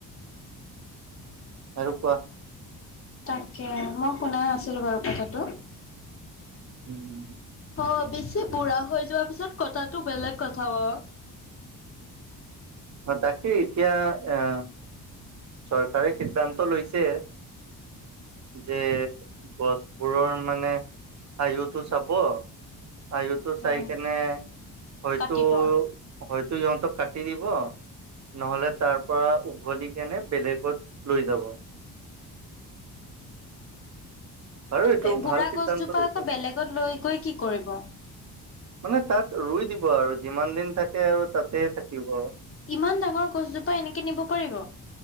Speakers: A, on the right; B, on the left.
A: আৰু কোৱা
B: তাকে মই শুনা নাছিলো বাৰু কথাটো।
A: উম।
B: অ বেছি বুঢ়া হৈ যোৱাৰ পিছত কথাটো বেলেগ কথা বাও
A: তাকেই এতিয়া আহ চৰকাৰে সিদ্ধান্ত লৈছে। যে গছবোৰৰ মানে আয়ুটো চাব আয়তো চাই
B: অ',
A: কেনে, হয়তো
B: কাটিব।
A: হয়তো ইিহঁতক কাটি দিব নহ'লে তাৰ পৰা উভলি কেনে বেলেগত লৈ যাব। আৰু এইটো
B: বুঢ়া
A: ভাল সিদ্ধান্ত
B: গছজোপা
A: লৈছে।
B: আকৌ বেলেগত লৈ গৈ কি কৰিব?
A: মানে তাত ৰুই দিব আৰু যিমান দিন থাকে আৰু তাতে থাকিব।
B: ইমান ডাঙৰ গছজোপা এনেকে নিব পাৰিব?